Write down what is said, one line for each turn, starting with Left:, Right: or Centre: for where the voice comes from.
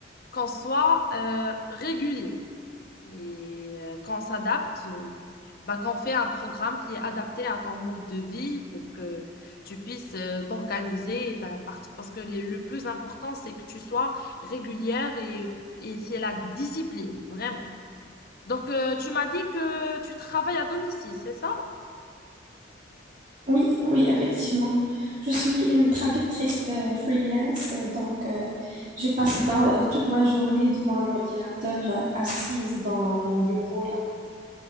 Left: qu'on soit euh, régulier et euh, qu'on s'adapte, euh, ben, qu'on fait un programme qui est adapté à ton mode de vie pour que tu puisses euh, t'organiser. Ben, par- parce que les- le plus important, c'est que tu sois régulière et, et c'est la discipline, vraiment. Donc, euh, tu m'as dit que tu travailles à domicile, c'est ça?
Right: Oui, oui, effectivement. Je suis une traductrice euh, freelance, euh, donc euh, je passe dans, euh, toute ma journée devant l'ordinateur, euh, assise dans mon bureau là.